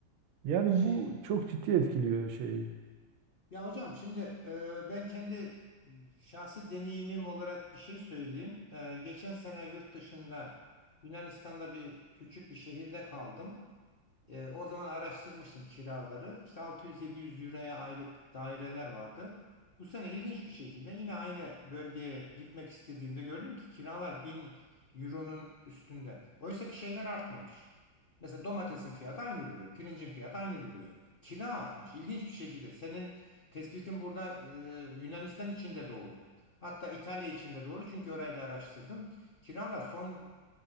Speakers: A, on the right; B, on the left.
A: Yani
B: Şey
A: bu çok ciddi etkiliyor şeyi.
B: ya hocam şimdi e, ben kendi şahsi deneyimim olarak bir şey söyleyeyim. E, geçen sene yurt dışında Yunanistan'da bir küçük bir şehirde kaldım. E, o zaman araştırmıştım kiraları. İşte 600-700 euroya aylık daireler vardı. Bu sene ilginç bir şekilde yine aynı bölgeye gitmek istediğimde gördüm ki kiralar 1000 euronun üstünde. Oysa ki şeyler artmamış. Mesela domatesin fiyatı aynı duruyor. Pirincin fiyatı aynı duruyor. Kira artmış. İlginç bir şekilde. Senin tespitin burada e, Yunanistan için de doğru. Hatta İtalya için de doğru. Çünkü orayı da araştırdım. Kiralar son